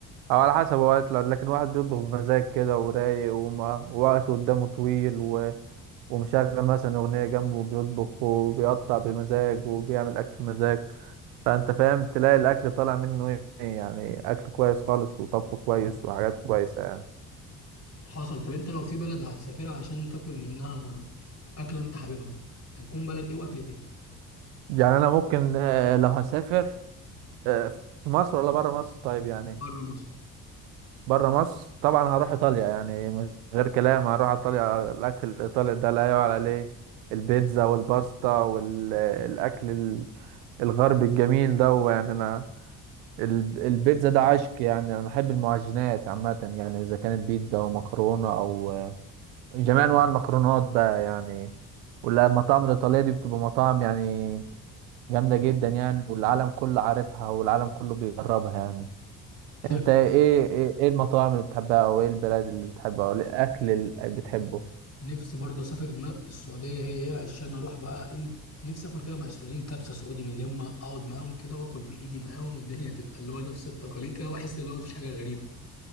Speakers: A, on the right; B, on the left.
A: أو على حسب هو يطلع لكن واحد بيطبخ بمزاج كده ورايق وما- ووقته قدامه طويل و... ومشغل مثلا أغنية جنبه وبيطبخ وبيقطع بمزاج وبيعمل أكل بمزاج فأنت فاهم تلاقي الأكل طالع منه إيه يعني أكل كويس خالص وطبخه كويس وحاجات كويسة يعني.
B: حصل طب انت لو في بلد هتسافرها عشان تاكل منها اكله انت حاببها هتكون بلد ايه واكلة ايه
A: يعني انا ممكن آه، لو هسافر آه، في مصر ولا بره مصر طيب يعني
B: بره مصر
A: بره مصر طبعا هروح ايطاليا يعني من غير كلام هروح ايطاليا الاكل الايطالي ده لا يعلى عليه البيتزا والباستا والاكل الغربي الجميل ده يعني انا ال- البيتزا ده عشق يعني انا بحب المعجنات عامه يعني اذا كانت بيتزا او مكرونه او آه، جميع انواع المكرونات بقى يعني والمطاعم الايطاليه دي بتبقى مطاعم يعني جامدة جدا يعني والعالم كله عارفها والعالم كله بيجربها يعني
B: حلو
A: انت ايه ايه, إيه المطاعم اللي بتحبها او ايه البلاد اللي بتحبها او إيه الاكل اللي بتحبه
B: نفسي برضه اسافر دماغ السعوديه هي هي عشان اروح بقى ايه نفسي اكل كده مع السعوديين كبسه سعودي من اللي هم اقعد معاهم كده واكل بايدي معاهم والدنيا تبقى اللي هو نفس التقاليد كده واحس اللي هو مفيش حاجه غريبه